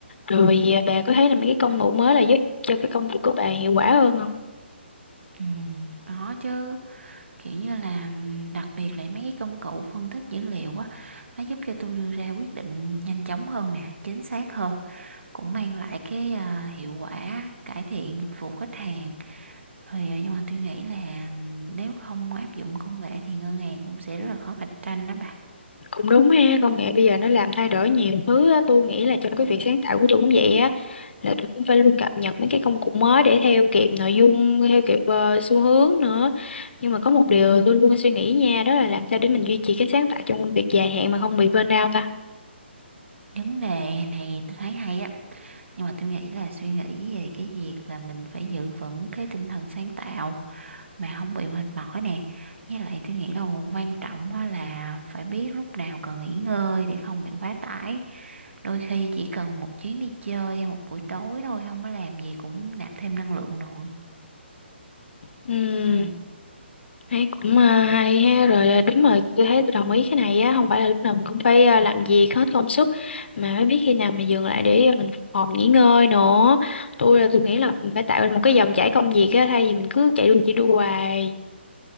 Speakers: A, on the left; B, on the right.
A: Ừ. Rồi à, bà có thấy là mấy cái công cụ mới là giúp cho cái công việc của bà hiệu quả hơn không?
B: Ừ, có chứ kiểu như là ừm, đặc biệt là mấy cái công cụ phân tích dữ liệu á nó giúp cho tôi đưa ra quyết định nhanh chóng hơn nè chính xác hơn cũng mang lại cái à, hiệu quả cải thiện dịch vụ khách hàng rồi à, nhưng mà tôi nghĩ là nếu không áp dụng công nghệ thì ngân hàng cũng sẽ rất là khó cạnh tranh đó bà
A: Cũng đúng ha, công nghệ bây giờ nó làm thay đổi nhiều thứ á, tôi nghĩ là trong cái việc sáng tạo của tôi cũng vậy á, là tôi cũng phải luôn cập nhật mấy cái công cụ mới để theo kịp nội dung, theo kịp ờ, xu hướng nữa. Nhưng mà có một điều tôi luôn suy nghĩ nha, đó là làm sao để mình duy trì cái sáng tạo trong công việc dài hạn mà không bị burnout
B: vấn đề này tôi thấy hay á nhưng mà tôi nghĩ là suy nghĩ về cái việc là mình phải giữ vững cái tinh thần sáng tạo mà không bị mệt mỏi nè với lại tôi nghĩ là quan trọng á là phải biết lúc nào cần nghỉ ngơi để không bị quá tải đôi khi chỉ cần một chuyến đi chơi hay một buổi tối thôi không có làm gì cũng nạp thêm năng lượng rồi
A: ta.
B: Ừ,
A: thấy cũng à, hay ha rồi à, đúng rồi tôi thấy tôi đồng ý cái này á không phải là lúc nào mình cũng phải à, làm việc hết công sức mà phải biết khi nào mình dừng lại để à, mình phục hồi nghỉ ngơi nữa tôi là tôi nghĩ là mình phải tạo ra một cái dòng chảy công việc á thay vì mình cứ chạy đua chạy đua hoài